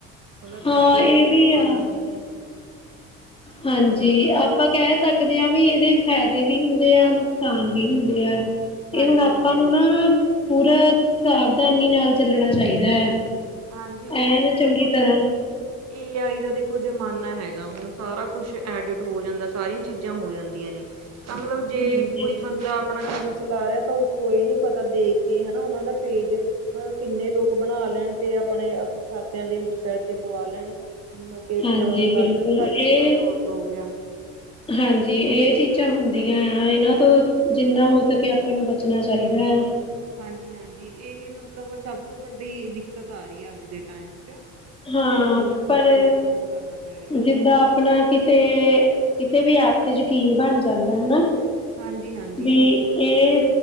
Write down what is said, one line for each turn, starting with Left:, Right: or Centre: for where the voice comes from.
Right: ਮਤਲਬ ਪੈਸੇ
Left: ਹਾਂ ਇਹ
Right: ਵਗੈਰਾ
Left: ਵੀ
Right: ਪਵਾ
Left: ਆ
Right: ਲੈਂਦੇ ਨੇ।
Left: ਹਾਂਜੀ ਆਪਾਂ ਕਹਿ ਸਕਦੇ ਹਾਂ ਵੀ ਇਹਦੇ ਫਾਇਦੇ ਵੀ ਹੁੰਦੇ ਆ ਨੁਕਸਾਨ ਵੀ ਹੁੰਦੇ ਆ। ਇਹ
Right: ਹਾਂਜੀ-ਹਾਂਜੀ।
Left: ਹੁਣ ਆਪਾਂ ਨੂੰ ਨਾ
Right: ਹਾਂਜੀ
Left: ਪੂਰਾ ਸਾਵਧਾਨੀ ਨਾਲ ਚੱਲਣਾ ਚਾਹੀਦਾ ਆ।
Right: ਹਾਂਜੀ ਉਹੀ
Left: ਐਨ
Right: ਹੈ
Left: ਚੰਗੀ
Right: ਨਾ ਹੁਣ
Left: ਤਰ੍ਹਾਂ
Right: ਦੇਖੋ ਏ ਆਈ ਦਾ ਦੇਖੋ ਜ਼ਮਾਨਾ ਹੈਗਾ ਹੁਣ ਸਾਰਾ ਕੁਛ ਐਡਿਟ ਹੋ ਜਾਂਦਾ ਸਾਰੀਆਂ ਚੀਜ਼ਾਂ ਹੋ ਜਾਂਦੀਆਂ ਨੇ। ਮਤਲਬ ਜੇ
Left: ਹਾਂਜੀ
Right: ਕੋਈ ਬੰਦਾ ਆਪਣਾ ਕੰਮ ਚਲਾ ਰਿਹਾ ਤਾਂ ਉਸ ਤੋਂ ਇਹ ਨੀ ਪਤਾ ਦੇਖ ਕੇ ਹਨਾ ਉਹਨਾਂ ਦਾ ਪੇਜ ਮਤਲਬ ਕਿੰਨੇ ਲੋਕ ਬਣਾ ਲੈਣ ਤੇ ਆਪਣੇ ਖਾਤਿਆਂ ਦੇ ਵਿੱਚ ਪੈਸੇ ਪਵਾ ਲੈਣ। ਮ ਅਹ
Left: ਹਾਂਜੀ
Right: ਗਲਤ
Left: ਬਿਲਕੁਲ
Right: ਦਿਖਾ ਕੇ
Left: ਇਹ
Right: ਕੀ ਤੁਹਾਡਾ ਔਡਰ ਹੋ ਗਿਆ।
Left: ਹਾਂਜੀ ਇਹ ਚੀਜ਼ਾਂ ਹੁੰਦੀਆਂ ਆ ਇਹਨਾਂ ਤੋਂ ਜਿੰਨਾ ਹੋ ਸਕੇ ਆਪਾਂ ਨੂੰ ਬਚਣਾ ਚਾਹੀਦਾ ਆ।
Right: ਹਾਂਜੀ ਹਾਂਜੀ ਇਹ ਮਤਲਬ ਸਭ ਤੋਂ ਵੱਡੀ ਦਿੱਕਤ ਆ ਰਹੀ ਹੈ ਅੱਜ ਦੇ ਟਾਈਮ 'ਚ।
Left: ਹਾਂ
Right: ਜਿਹੜੀ ਮਤਲਬ
Left: ਪਰ,
Right: ਮੁਸ਼ਕਿਲ ਸਾਹਮਣਾ ਕਰਨਾ ਪੈ ਰਿਹਾ
Left: ਜਿੱਦਾਂ ਆ ਆਪਣਾ ਕਿਸੇ, ਕਿਸੇ ਵੀ ਐਪ ਤੇ ਯਕੀਨ ਬਣ ਜਾਂਦਾ ਹਨਾ।
Right: ਹਾਂਜੀ - ਹਾਂ।
Left: ਵੀ ਇਹ,